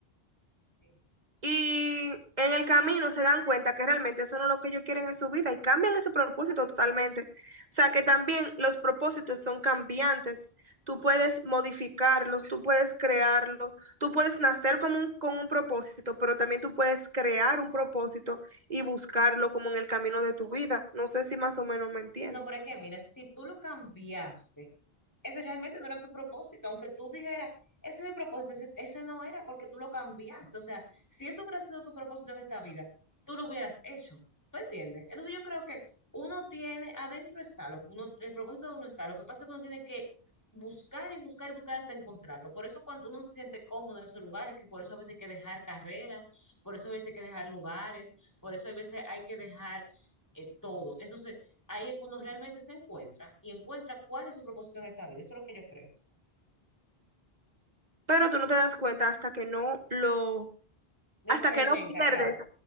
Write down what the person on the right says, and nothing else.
Y en el camino se dan cuenta que realmente eso no es lo que ellos quieren en su vida y cambian ese propósito totalmente. O sea que también los propósitos son cambiantes. Tú puedes modificarlos, tú puedes crearlos tú puedes nacer con un, con un propósito, pero también tú puedes crear un propósito y buscarlo como en el camino de tu vida. No sé si más o menos me entiendes.
Pero tú no te das cuenta hasta que no lo,
hasta
que no pierdes,